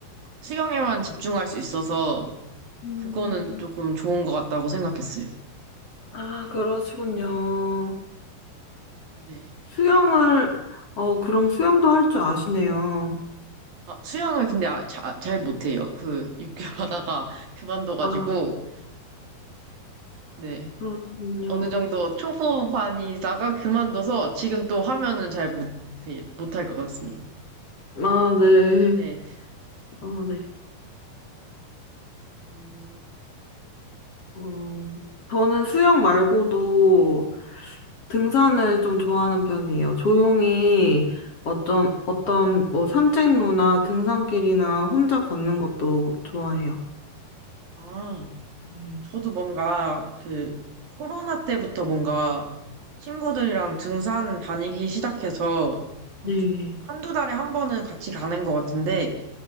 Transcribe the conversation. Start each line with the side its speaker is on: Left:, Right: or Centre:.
Right: 수영에만 집중할 수 있어서
Left: 음,
Right: 그거는 조금 좋은 것 같다고 생각했어요.
Left: 아, 그러시군요.
Right: 네.
Left: 수영을, 어, 그럼 수영도 할 줄 아시네요.
Right: 아, 수영을 근데 아, 자- 잘 못해요. 그 육 개월 하다가 <laughs> 그만둬가지고
Left: 아,
Right: 네.
Left: 그러시군요.
Right: 어느 정도 초보반이다가 그만둬서 지금 또 하면은 잘 못해, 못할 것 같습니다.
Left: 아, 네.
Right: 네.
Left: 어, 네.
Right: 음,
Left: 어, 저는 수영 말고도 등산을 좀 좋아하는 편이에요. 조용히 어떤, 어떤, 뭐, 산책로나 등산길이나 혼자 걷는 것도 좋아해요.
Right: 아,
Left: 네,
Right: 저도 뭔가 그 코로나 때부터 뭔가 친구들이랑 등산 다니기 시작해서 한-
Left: 네.
Right: 한두 달에 한 번은 같이 가는 것 같은데